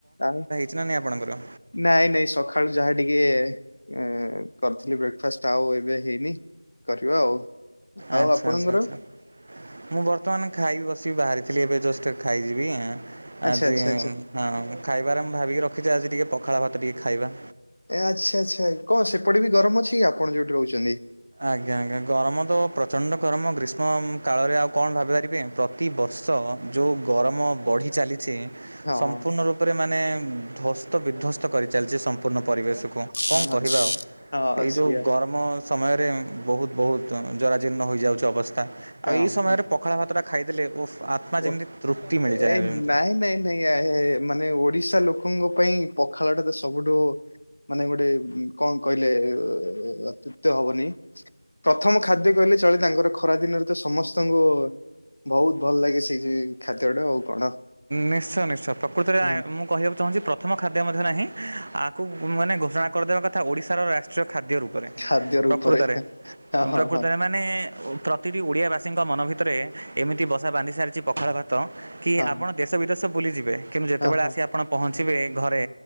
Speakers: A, on the left; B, on the right.
A: ଆଉ।
B: ଚି ନା ନାଇଁ ଆପଣଙ୍କର?
A: ନାଇଁ ନାଇଁ ସଖାଳୁ ଯାହା ଟିକେ ଏଁ କରିଥିଲି ବ୍ରେକଫାଷ୍ଟ ଆଉ ଏବେ ହେଇନି। କରିବା ଆଉ। ଆଉ
B: ଆଚ୍ଛା
A: ଆପଣଙ୍କର?
B: ଆଚ୍ଛା ଆଚ୍ଛା ମୁଁ ବର୍ତ୍ତମାନ ଖାଇବି ବସିବି ବାହାରିଥିଲି। ଏବେ ଜଷ୍ଟ ଖାଇଯିବିଁ।
A: ଆଚ୍ଛା
B: ଆଜି
A: ଆଚ୍ଛା
B: ହଁ!
A: ଆଚ୍ଛା
B: ଖାଇବାରେ ମୁଁ ଭାବିକି ରଖିଛି ଆଜି ଟିକେ ପଖାଳ ଭାତ ଟିକେ ଖାଇବା।
A: ଏ ଆଚ୍ଛା ଆଚ୍ଛା କଣ ସେପଟେ ବି ଗରମ ଅଛି ଆପଣ ଯୋଉଠି ରହୁଛନ୍ତି?
B: ଆଜ୍ଞା ଆଜ୍ଞା ଗରମ ତ ପ୍ରଚଣ୍ଡ ଗରମ ଗ୍ରୀଷ୍ମ କାଳରେ ଆଉ କଣ ଭାବିପାରିବେ? ପ୍ରତିବର୍ଷ ଯଉ ଗରମ ବଢ଼ି ଚାଲିଛି
A: ହଁ
B: ସମ୍ପୂର୍ଣ୍ଣ ରୂପରେ ମାନେ ଧ୍ଵସ୍ତ ବିଧ୍ୱସ୍ତ କରିଚାଲିଛି ସମ୍ପୂର୍ଣ୍ଣ ପରିବେଶକୁ। କଣ
A: ହଁ
B: କହିବା ଆଉ
A: ହଁ
B: ଏଇ
A: ସେଇଆ
B: ଯୋଉ ଗରମ ସମୟରେ ବହୁତ ବହୁତ ଜ ଜରାଜୀର୍ଣ୍ଣ ହୋଇଯାଉଛି ଅବସ୍ଥା। ଆଉ
A: ହଁ।
B: ଏଇ ସମୟରେ ପଖାଳ ଭାତଟା ଖାଇଦେଲେ। ଓ! ଆତ୍ମା
A: ଓ
B: ଯେମିତି ତୃପ୍ତି ମିଳିଯାଏ
A: ଏ
B: ଯେମିତି
A: <inaudible> <unintelligible> ମାନେ ଓଡିଶା ଲୋକଙ୍କ ପାଇଁ ପଖାଳଟା ତ ସବୁଠୁ ମାନେ ଗୋଟେ କଣ କହିଲେ ଅ ଅତୃପ୍ତ ହବନି। ପ୍ରଥମ ଖାଦ୍ୟ କହିଲେ ଚଳେ। ତାଙ୍କର ଖରା ଦିନରେ ତ ସମସ୍ତଙ୍କୁ ବହୁତ ଭଲ ଲାଗେ ସେ <unintelligible> ଖାଦ୍ୟଟା ଆଉ କଣ।
B: ନିଶ୍ଚୟ ନିଶ୍ଚୟ ପ୍ରକୃତରେ ଆ
A: ହୁଁ
B: ମୁଁ କହିବାକୁ ଚାହୁଁଛି ପ୍ର ପ୍ରଥମ ଖାଦ୍ୟ ମଧ୍ୟ ନାହିଁ ଆକୁ ମାନେ ଘୋଷଣା କରିଦେବା କଥା ଓଡ଼ିଶାର ରାଷ୍ଟ୍ରୀୟ ଖାଦ୍ୟ ରୂପ।
A: ଖାଦ୍ୟର
B: ପ୍ରକୃତରେ
A: ଉପରେ ହଁ ହଁ
B: ପ୍ରକୃତରେ
A: ହଁ
B: ମାନେ ପ୍ର ପ୍ରତିଟି ଓଡ଼ିଆବାସୀଙ୍କ ମନ ଭିତରେ ଏମିତି ବସା ବାନ୍ଧି ସାରିଛି ପଖାଳଭାତ କି
A: ହଁ
B: ଆ ଦେଶ ବିଦେଶ ବୁଲିଯିବେ କିନ୍ତୁ ଯେତେବେଳେ
A: ହଁ ହଁ
B: ଆସି ଆପଣ ପହଞ୍ଚିବେ ଘରେ